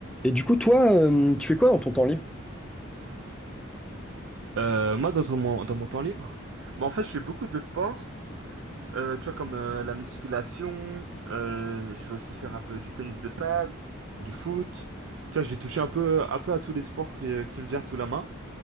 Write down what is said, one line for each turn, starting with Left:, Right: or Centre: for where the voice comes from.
Centre: Et du coup, toi, euh, tu fais quoi dans ton temps libre?
Right: Euh, moi, dans ton- mon, dans mon temps libre, bah, en fait, je fais beaucoup de sport, euh, tu vois, comme euh, la musculation, euh, je vais aussi faire un peu du tennis de table, du foot. Tu vois, j'ai touché un peu, un peu à tous les sports qui, euh, qui me viennent sous la main,